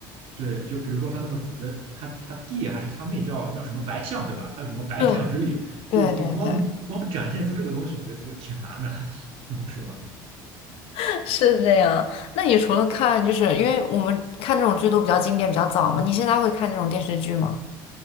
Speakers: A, on the right; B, on the left.
A: 对，就比如说他那个主角，他他弟还是他妹叫叫什么白象，对吧？他有什么白象之力？
B: <laughs> 对对对对，
A: 就是你光光展现出这个东西，我觉得就挺难的。<laughs> 嗯，是吧？
B: <laughs> 是这样。那你除了看，就是因为我们看这种剧都比较经典、比较早嘛，你现在会看这种电视剧吗？